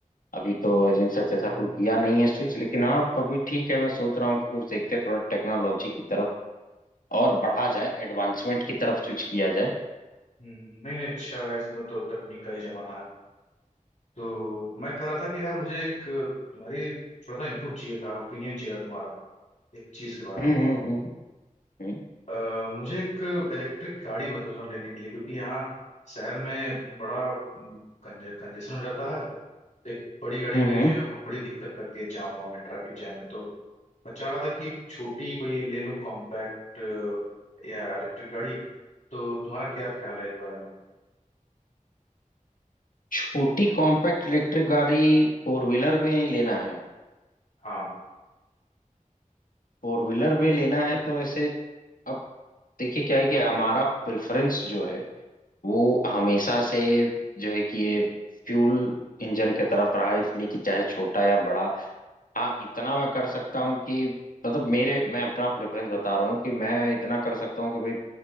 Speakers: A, on the left; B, on the left.
A: अभी तो एजेंसी से ऐसा कोई किया नहीं है स्विच लेकिन हाँ अभी ठीक है मैं सोच रहा हूँ कि कुछ देखते हैं, थोड़ा टेक्नोलॉजी की तरफ और बढ़ा जाए एडवांसमेंट की तरफ स्विच किया जाए
B: है हम्म, नहीं नहीं अच्छा है, इसमें तो तकनीक का ही जमाना है तो मैं कह रहा था कि यार मुझे एक तुम्हारी थोड़ा सा इनपुट चाहिए था ओपिनियन चाहिए था तुम्हारा एक चीज के बारे
A: हम्म
B: में
A: हम्म हम्म हम्म,
B: अ, मुझे एक इलेक्ट्रिक गाड़ी मैं सोच रहा हूँ लेने के लिए क्योंकि यहाँ शहर में बड़ा कंजेशन हो जाता है एक बड़ी गाड़ी
A: हम्म।
B: मेरी
A: हम्म।
B: जो है वो बड़ी दिक्कत करती है जाम वाम में ट्रैफिक जाम में तो मैं चाह रहा था कि एक छोटी कोई ले लूँ कॉम्पैक्ट या इलेक्ट्रिक गाड़ी तो तुम्हारा क्या ख्याल है इस बारे में
A: छोटी कॉम्पैक्ट इलेक्ट्रिक गाड़ी फोर व्हीलर में लेना है
B: हाँ
A: फोर व्हीलर में लेना है तो ऐसे अब देखिए क्या है कि हमारा प्रेफरेंस जो है वो हमेशा से जो है कि ये फ्यूल इंजन के तरफ रहा है इसलिए कि चाहे छोटा या बड़ा हाँ इतना मैं कर सकता हूँ कि मतलब मेरे मैं अपना प्रेफरेंस बता रहा हूँ कि मैं इतना कर सकता हूँ कि भाई